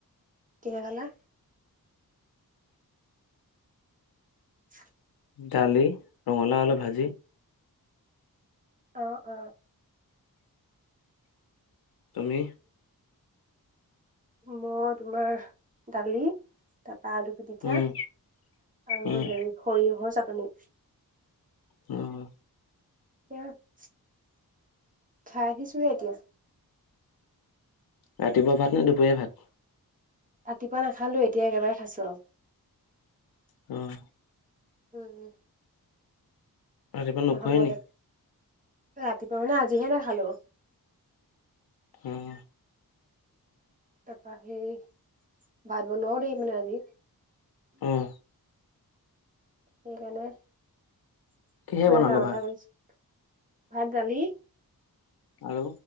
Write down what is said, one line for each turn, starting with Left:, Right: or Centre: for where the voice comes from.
Right: কিহে খালা? <inaudible>
Left: দালি, ৰঙালাও, আলু ভাজি।
Right: অ' অ'।
Left: তুমি?
Right: মই তোমাৰ, দালি তাৰ পা আলু। পিটিকা
Left: উম,
Right: আৰু
Left: উম,
Right: হেৰি সৰিয়হৰ চাটনি।
Left: উম।
Right: <unintelligible> খাই আহিছোঁহে এতিয়া।
Left: ৰাতিপুৱাঁ ভাত নে দুপৰীয়া ভাত?
Right: ৰাতিপুৱাঁ নাখালোঁ এতিয়া একেবাৰে খাইছোঁ আৰু।
Left: উম।
Right: উম, উম।
Left: ৰাতিপুৱা নোখোৱাই
Right: <unintelligible> এ ৰাতিপুৱাঁ
Left: নি?
Right: মানে আজিহে নাখালোঁ।
Left: উম।
Right: তাৰ পৰা হেৰী, ভাত বনোৱাও দেৰি মানে আজি।
Left: অ'।
Right: সেইকাৰণে, কিবা
Left: কিহে বনালে
Right: কাম এটা
Left: ভাত?
Right: কৰিছোঁ, ভাত দালি
Left: আৰু